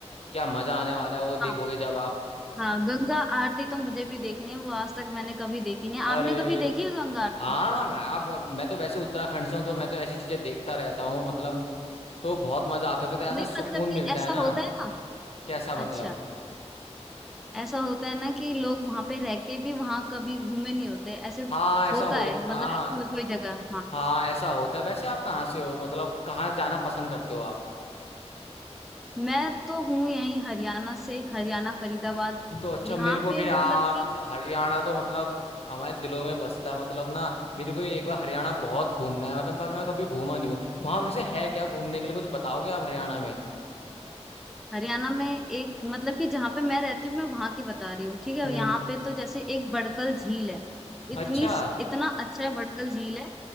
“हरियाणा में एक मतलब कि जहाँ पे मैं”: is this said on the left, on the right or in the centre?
Centre